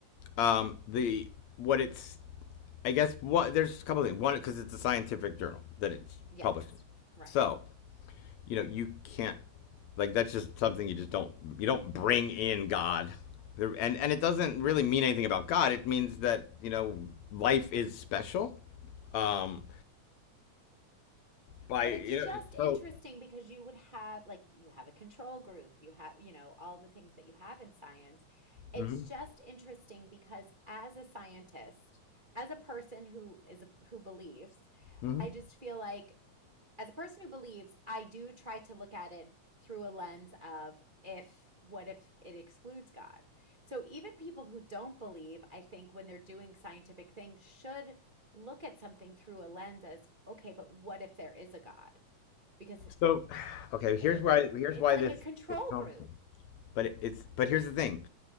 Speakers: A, on the left; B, on the right.
A: um, the what it's I guess what there's a couple of things. One, because it's a scientific journal that it's
B: Yes,
A: published, in.
B: right.
A: so you know you can't like that's just something you just don't you don't bring in God, There- and and it doesn't really mean anything about God. It means that you know life is special, um, by
B: But
A: you
B: it's just
A: know
B: interesting
A: so.
B: because you would have, like, you have a control group, you have, you know, all the things that you have in science. It's
A: Mhm,
B: just interesting because as a scientist, as a person who is a, who believes,
A: mhm.
B: I just feel like as a person who believes, I do try to look at it through a lens of if, what if it excludes God? So even people who don't believe, I think when they're doing scientific things, should look at something through a lens as, okay, but what if there is a God? Because
A: So, <sighs> okay, here's
B: it
A: why here's
B: it's
A: why
B: like
A: this
B: a control
A: gets complicated.
B: group.
A: But it, it's but here's the thing: